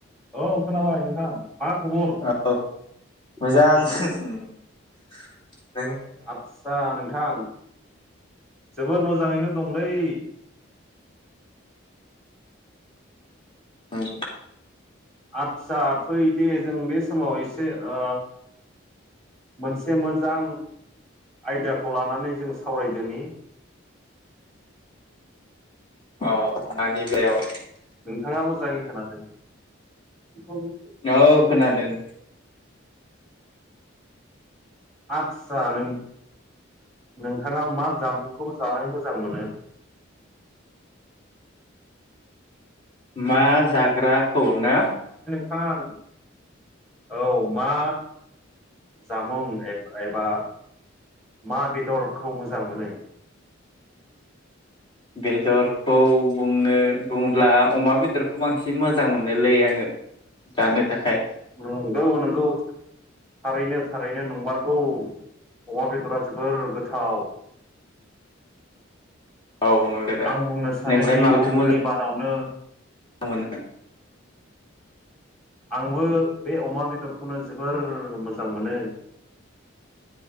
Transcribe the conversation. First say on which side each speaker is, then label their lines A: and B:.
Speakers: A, in the centre; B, on the left.
A: औ खोनाबाय नोंथां। मा खबर?
B: औ मोजां <inaudible>
A: आदसा नोंथां जोबोर मोजाङैनो दंलै
B: ओम
A: आदसा फै दे जों बे समाव एसे ओ मोनसे मोजां आयदाखौ लानानै जों सावरायदोनि
B: औ नानि बेलायाव
A: नोंथांङा मोजांङै खोनादों? <unintelligible>
B: औ खोनादों
A: आतसा नों नोंथांङा मा जामुंखौ जानो मोजां मोनो?
B: मा जाग्राखौ ना?
A: थां औ मा जामुं ए-एबा मा बेदरखौ मोजां मोनो?
B: बेदरखौ बुंनो बुंङोब्ला अमा बेदर बेदरखौ बांसिन मोजां मोनोलै आंङो जानो थाखाय।
A: नंगौ नंगौ थारैनो थारैनो नंमारगौ अमा बेदरा जोब बोर गोथाव।
B: औ अमा बेदरा
A: आं बुंनो सानोदि
B: नोंलाय माखौथो
A: बुहुमनि
B: मोजां
A: मादावनो
B: मोनो
A: आंबो बे अमा बेदरखौनो जोबोर मोजां मोनो। <inaudible>